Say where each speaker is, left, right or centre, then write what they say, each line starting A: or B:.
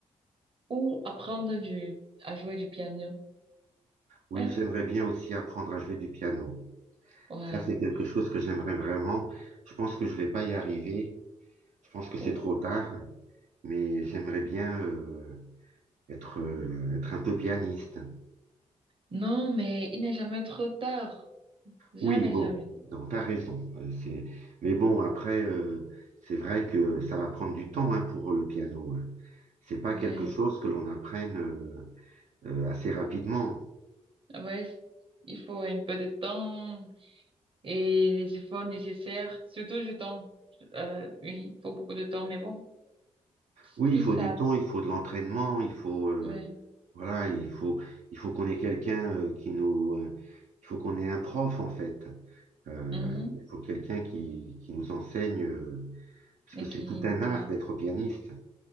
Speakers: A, on the right; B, on the right.
A: ou apprendre du, à jouer du piano.
B: Oui,
A: Ouais,
B: j'aimerais bien aussi apprendre à jouer du piano.
A: ouais.
B: Ça, c'est quelque chose que j'aimerais vraiment. Je pense que je vais pas y arriver. Je pense que
A: Pourquoi?
B: c'est trop tard, mais j'aimerais bien euh, être, euh, être un peu pianiste.
A: Non, mais il n'est jamais trop tard. Jamais,
B: Oui, bon,
A: jamais.
B: non, t'as raison. euh, c'est... Mais bon, après, euh, c'est vrai que ça va prendre du temps hein, pour le piano. hein. C'est pas
A: Ouais,
B: quelque chose que l'on apprenne euh, euh, assez rapidement.
A: ouais. c- Il faut un peu de temps et les efforts nécessaires, surtout du temps. Euh, oui, il faut beaucoup de temps, mais bon, si
B: Oui, il faut
A: ça,
B: du temps, il faut de l'entraînement, il faut euh,
A: ouais.
B: voilà, il faut il faut qu'on ait quelqu'un euh, qui nous euh, il faut qu'on ait un prof en fait. Euh,
A: Mhm.
B: il faut quelqu'un qui qui nous enseigne euh, parce
A: Et
B: que c'est
A: qui
B: tout
A: nous
B: un
A: guide.
B: art d'être
A: etc.
B: pianiste.